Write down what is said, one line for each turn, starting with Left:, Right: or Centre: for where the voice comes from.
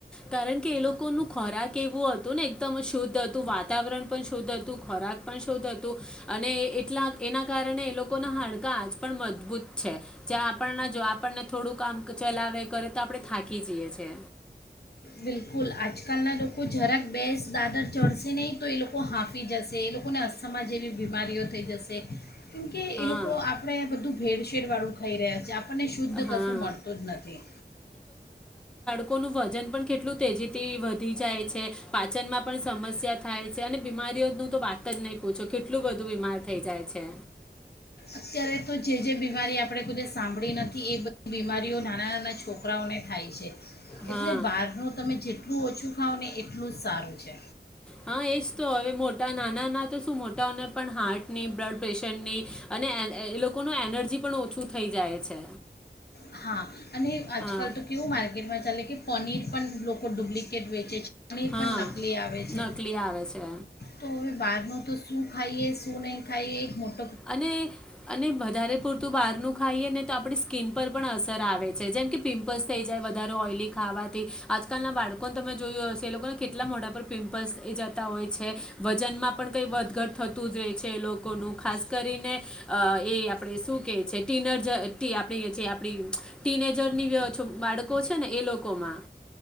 Centre: કારણ કે એ લોકોનું ખોરાક એવું હતું ને એકદમ શુદ્ધ હતું વાતાવરણ પણ શુદ્ધ હતું ખોરાક પણ શુદ્ધ હતું, અને એટલા એના કારણે એ લોકોના કારણકે એ લોકોના ખોરાક એવો હતો ને એકદમ શુદ્ધ હતો, વાતાવરણ પણ શુદ્ધ હતું, ખોરાક પણ શુદ્ધ હતો એના કારણે એમના હાડકાં આજ પણ મજબૂત છે જ્યાં, આપણને જુઓ આપણને થોડું કામ ચલાવે કરે તો આપણે થાકી જઈએ છે.
Left: બિલ્કુલ આજકાલના લોકો જરાક બે દાદર ચઢશે નહીં તો એ લોકો હાંફી જશે એ લોકોને અસ્થમા જેવી બીમારીઓ થઈ જશે. કેમકે
Centre: હા
Left: એ લોકો આપણે બધું ભેળ-શેળ વાળું ખાઈ રહ્યા છીએ આપ આપણને શુદ્ધ
Centre: હા
Left: કશું મળતું જ નથી.
Centre: લોકોનું વજન પણ કેટલું તેજીથી વધી જાય છે નું વજન પણ વધી જાય છે, પાચનમાં પણ સમસ્યા થાય છે અને બીમારીઓનું તો વાત જ નહીં પૂછો કેટલું બધું બીમાર થઈ જાય છે.
Left: અત્યારે તો જે જે બીમારી આપણે કોઇદીવસ સાંભળી નથી એ બધી બીમારીઓ નાના નાના છોકરાઓને થાય છે.
Centre: હા
Left: એટલે બહારનું તમે જે <inaudible> જેટલું એટલું ઓછું ખાવ ને એટલું જ સારું છે.
Centre: હા એજ તો, હવે મોટા નાના ને તો શું મોટાઓને પણ હાર્ટની બ્લડ પ્રેશરની અને એ લોકોની એનર્જી પણ ઓછું થઈ જાય છે.
Left: હા. અને આજકાલ
Centre: હા
Left: તો, કેવું માર્કેટમાં ચાલે કે પનીર પણ લોકો ડુપ્લિકેટ વેચે છે <inaudible> પાણી
Centre: હા
Left: પણ નકલી આવે છે
Centre: નકલી આવે છે
Left: તો બહારનું તો શું ખાઈએ? શું નહીં ખાઈએ? એક મોટ
Centre: અને, અને વધારે પડતું બહારનું ખાઈએ ને તો આપણે <inaudible> સ્કીન પર પણ અસર આવે છે જેમ કે પિમ્પલ્સ થઈ જાય વધારે ઓઇલી ખાવાથી આજકાલના સ્કિન પર પણ અસર આવે છે જેમકે પિમ્પલ્સ થઈ જાય વધારે ઓયલી ખાવાથી. આજકાલના બાળકોને તમે જોયું હશે એ લોકોના કેટલા મોટા પર પિમ્પલ્સ થઈ જતા હોય છે વજનમાં પણ કંઈ વધઘટ થતું જ રહે છે લોકોનું ખાસ <inaudible> એ આપણે શું કહે છે <unintelligible> જે આપણી જે આપણી ટીનેજરની બાળકો છે ને એ લોકોમાં